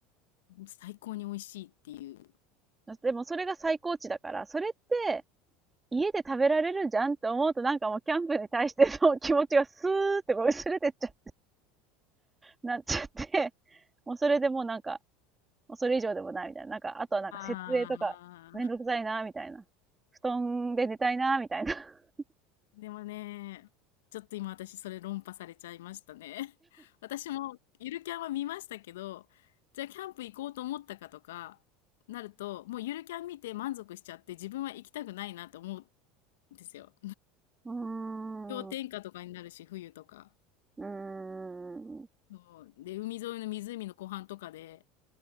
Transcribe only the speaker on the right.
でもそれが最高値だから、それって家で食べられるじゃんって思うとなんかもうキャンプに対しての <laughs> 気持ちがスーってこう薄れてっちゃ、なっちゃって、もうそれでもうなんか、もうそれ以上でもないみたいな。なんか、あとはなんか設営とかめんどくさいなみたいな。
布団で寝たいなみたいな。<laughs>
うーん。
う
ーん。